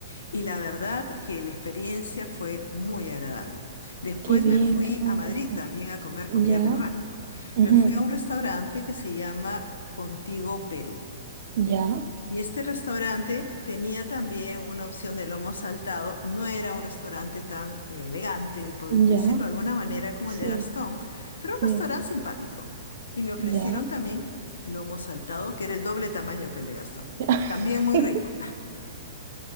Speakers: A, on the left (about 65°); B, on the right (about 50°).
A: y la verdad que la experiencia fue muy agradable. Después
B: Qué bien,
A: me fui
B: qué buen
A: a Madrid
B: dato.
A: también a comer
B: Ya.
A: comida peruana.
B: Ujú.
A: Me fui a un restaurante que se llama Contigo Perú.
B: Ya,
A: Y este restaurante tenía también una opción de lomo saltado. No era un restaurante tan eh, elegante, poder decirlo
B: ya,
A: de alguna manera, como
B: sí,
A: el de Gastón, pero un
B: sí,
A: restaurante simpático. Y me ofrecieron
B: ya,
A: también lomo saltado, que era el doble tamaño que el de Gastón.
B: ya.
A: También muy
B: <laughs>
A: rico.